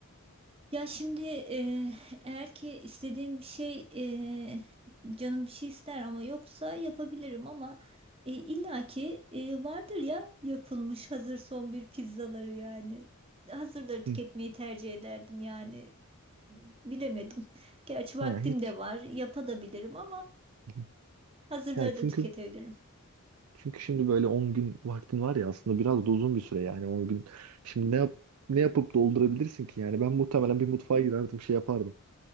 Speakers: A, on the right; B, on the right.
A: Ya şimdi eee, eğer ki istediğim bir şey eee, canım bir şey ister ama yoksa yapabilirim ama e, illaki e, vardır ya yapılmış hazır son bir pizzaları yani. Hazırları tüketmeyi
B: Hı.
A: tercih ederdim yani. Bilemedim. Gerçi vaktim
B: Ha, hiç.
A: de var, yapabilirim ama
B: <laughs>
A: hazırları
B: Ya çünkü
A: da tüketebilirim.
B: çünkü şimdi böyle 10 gün vaktin var ya aslında biraz da uzun bir süre yani 10 gün. Şimdi ne yap- ne yapıp doldurabilirsin ki yani ben muhtemelen bir mutfağa girerdim şey yapardım.